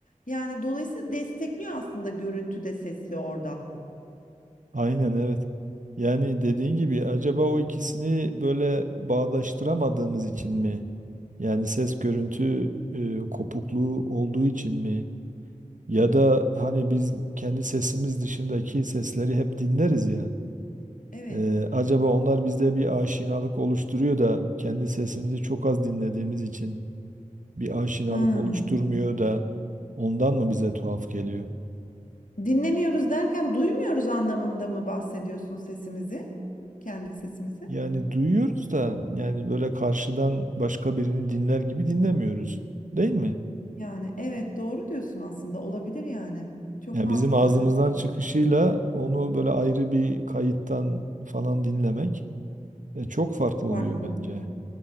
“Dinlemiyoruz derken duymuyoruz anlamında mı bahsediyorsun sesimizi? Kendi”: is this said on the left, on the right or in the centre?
Left